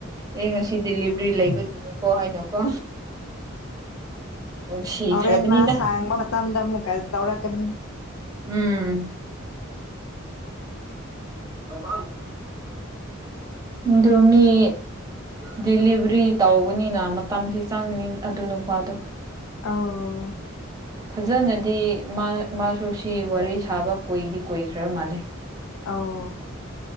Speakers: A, on the right; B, on the left.
A: ꯑꯦ ꯉꯁꯤ ꯗꯗꯤꯂꯤꯚꯔꯤ ꯂꯩꯕꯗꯨ ꯀ ꯍꯥꯏꯅꯣꯀꯣ ꯅꯨꯡꯁꯤꯈ꯭ꯔꯕꯅꯤꯗ
B: ꯑ ꯍꯣꯔꯦꯟ ꯃꯥ ꯁꯥꯡꯕ ꯃꯇꯝꯗ ꯑꯃꯨꯛ ꯀ ꯇꯧꯔꯛꯀꯅꯤ
A: ꯎꯝ ꯍ ꯑꯗꯨꯃꯤ ꯗꯤꯂꯤꯚꯔꯤ ꯇꯧꯒꯅꯤꯅ ꯃꯇꯝꯁ ꯆꯪꯒꯅꯤ ꯑꯗꯨ ꯅꯨꯄꯥꯗꯣ
B: ꯑꯣ
A: ꯐꯖꯅꯗꯤ ꯃꯥ ꯃꯥꯁꯨ ꯁꯤ ꯋꯥꯔꯤ ꯁꯥꯕ ꯀꯣꯏꯗꯤ ꯀꯣꯏꯈ꯭ꯔ ꯃꯥꯜꯂꯦ
B: ꯑꯣ